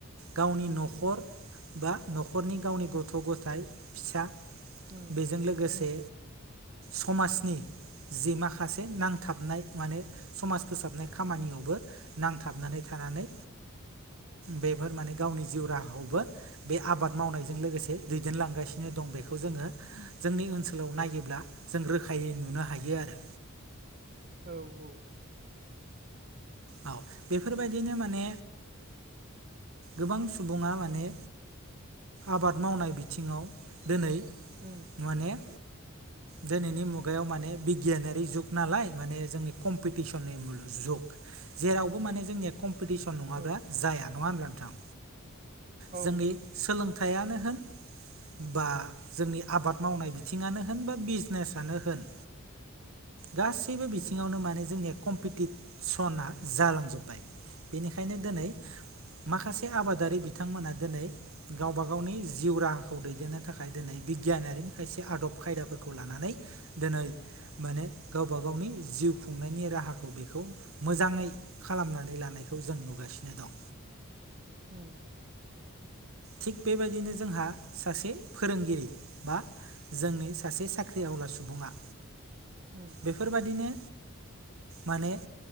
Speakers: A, on the right (about 75°); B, on the right (about 40°).
A: गावनि न'खर बा न'खरनि गावनि गथ' गथायाइ फिसा
B: उम
A: बेजों लोगोसे
B: उम
A: समाजनि जे माखासे नांथाबनाय माने समाज फोसाबनाय खामानियावबो नांथाबनानै थानानै बेफोर माने गावनि जिउ राहाखौबो बे आबाद मावनायजों लोगोसे दैदेनलांगासिनो दं बेखौ जोङो जोंनि ओनसोलाव सओनसोलाव नायोब्ला जों रोखायै नुनो हायो आरो
B: औ औ
A: औ बेफोरबायदिनो माने गोबां सुबुङा माने आबाद मावनाय बिथिङाव दिनै
B: उम
A: माने दिनैनि मुगायाव माने बिगियानारि जुग नालाय माने जोंनि कम्पिटिसननिुु जुग जेरावबो माने जोंनिया कम्पिटिसन नङाब्ला
B: औ
A: जाया नङा होब्ला नोंथां
B: औ
A: जोंनि सोलोंथाइयानो होन बा जोंनि आबाद मावनाय बिथिङानो होन बा बिजनेसनो होन गास गासैबो बिथिङावनो
B: उम
A: माने जोंनिया कम्पिटिसना जालांजोब्बाय बेनिखायनो दिनै
B: उम
A: माखासे आबादारि बिथांमोना दिनै गावबा गावनि जिउ राहाखौ दैदेननो थाखाय दिनै बिगियानारिनि खायसे आदब खायदाफोरखौ लानानै दिनै माने गावबा गावनि जिउ खुंनायनि राहाखौ बेखौ मोजाङै खालामनानै लानायखौ जों नुगासिनो दं
B: म <inaudible>
A: थिग बेबायदिनो जोंहा सासे फोरोंगिरि बा जोंनि सासे साख्रि आवला सुबुङा
B: ह <inaudible>
A: बेफोरबादिनो माने